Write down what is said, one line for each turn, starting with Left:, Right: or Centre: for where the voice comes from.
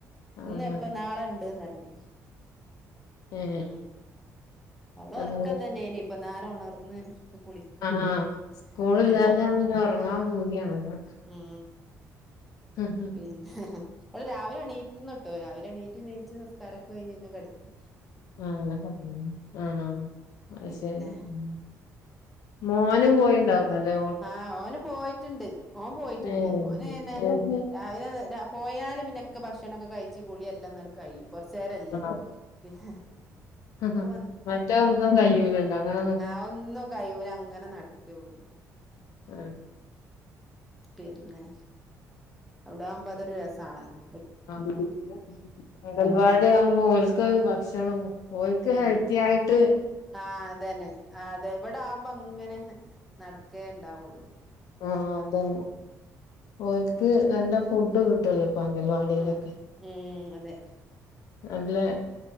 Centre: ഇന്ന്
Left: ആഹ്
Centre: ഇപ്പൊ നാളെ ഇണ്ട്ന്ന്റഞ്ഞ്
Left: ഏ
Centre: ഉം അവള്
Left: അത്
Centre: ഒറക്കം തന്നെനിപ്പന്നാര ഒണർന്ന് ഇപ്പ കുളിക്ക്ണ്ട്
Left: ആഹ് സ്കൂളില്ലാഞ്ഞാ
Centre: ഹ് ഹ്
Left: പിന്നെ ഉറങ്ങാൻ
Centre: ഉം
Left: പൂതിയാണല്ലോ
Centre: മ്
Left: ആഹ്
Centre: പിന്നെ അവള് രാവിലെ എണീറ്റിരുന്നുട്ടോ രാവിലെ എണീറ്റ് നീച്ച് നിസ്ക്കാരൊക്കെ കഴിഞ്ഞു പിന്നെ കെടന്ന്
Left: ആ അങ്ങനെ പറഞ്ഞ് ആ ആ അയ്
Centre: പിന്നെ
Left: ശരി മ് മോനു പോയിണ്ടാകുല്ലേ
Centre: ആ ഓന് പോയിട്ടിണ്ട് ഓൻ പോയിട്ടിണ്ട്
Left: ഏ
Centre: ഓന് ന്നെ രാവിലെ പോയാല് പിന്നെക്കെ ഭക്ഷണൊക്കെ കഴിച്ച് കുളി എല്ലന്നട് കഴിയും കൊറച്ചേരല്ലേ
Left: ആ
Centre: പിന്നെ ഇനിയിപ്പോ
Left: ഹ ഹാ മറ്റോ ഒന്നും കയൂലല്ലോ അങ്ങനെ നി
Centre: അഒന്നും കയ്യൂലങ്ങനെ നടക്കെയൊ ള്ളു
Left: അ
Centre: പിന്നെ അവ്ട ആവുമ്പ അതൊരു രസാണല്ലോ
Left: അങ്കൽവാടി ആവുമ്പോ ഓല്ക്ക് ഭക്ഷണം ഓല്ക്ക്
Centre: ഉം
Left: ഹെൽത്തി യായിട്ട്
Centre: ആ അതന്നെ ആ അതെ ഇവിടെ ആവുമ്പോ ങ്ങനെ നടക്കേ ഇണ്ടാവുള്ളു
Left: ആ അതന്നെ ഓല്ക്ക്
Centre: ഉം
Left: നല്ല ഫുഡ് കിട്ട് ല്ലോ അങ്കൽവാടി
Centre: ഉം
Left: ലൊക്കെ
Centre: ഉം അതെ
Left: നല്ലെ